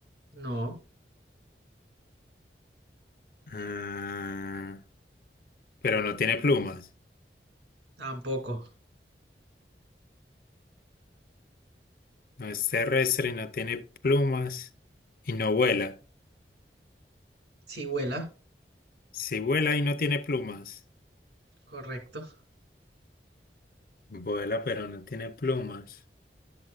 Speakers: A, on the right; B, on the left.
A: No,
B: ah, pero no tiene plumas.
A: tampoco.
B: No es terrestre, no tiene plumas y no vuela.
A: Sí vuela.
B: Si vuela y no tiene plumas,
A: Correcto.
B: vuela, pero no tiene plumas.